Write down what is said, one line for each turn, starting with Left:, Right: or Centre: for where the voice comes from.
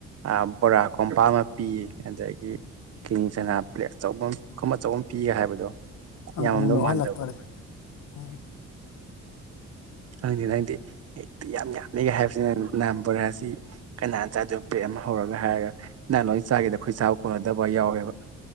Right: ꯑꯥ ꯕꯣꯔꯥ ꯀꯣꯝꯄꯥꯛ ꯑꯃ ꯄꯤ ꯑꯗꯒꯤ ꯀꯤꯅꯤ ꯆꯅꯥ ꯄ꯭ꯂꯦꯠ ꯑꯆꯧꯕ ꯑꯃ ꯈꯨꯝ ꯑꯆꯧꯕ ꯑꯃ ꯄꯤꯒ ꯍꯥꯏꯕꯗꯣ
Left: ꯑꯪ
Right: ꯌꯥꯝꯃꯝꯗꯧ
Left: ꯑꯃꯨꯛ ꯅꯣꯛꯍꯜꯂꯛꯇꯣꯔꯦ
Right: ꯃꯥꯟꯗꯕꯗꯣ
Left: ꯎꯝ
Right: ꯈꯪꯗꯦꯗ ꯑꯩꯗꯤ ꯍꯦꯛꯇꯤ ꯌꯥꯝ ꯌꯥꯝꯃꯦꯒ ꯍꯥꯏꯕꯁꯤꯅ ꯅꯥꯝ ꯕꯣꯔꯥꯁꯤ ꯀꯅꯥꯅ ꯆꯥꯗꯣꯏꯅꯣ ꯄ꯭ꯂꯦꯠ ꯑꯃ ꯍꯧꯔꯒ ꯍꯥꯏꯔꯒ ꯅꯂꯣꯏ ꯆꯥꯒꯦꯗ ꯑꯩꯈꯣꯏ ꯆ ꯀꯣꯟꯅꯗꯕ ꯌꯥꯎꯋꯦꯕ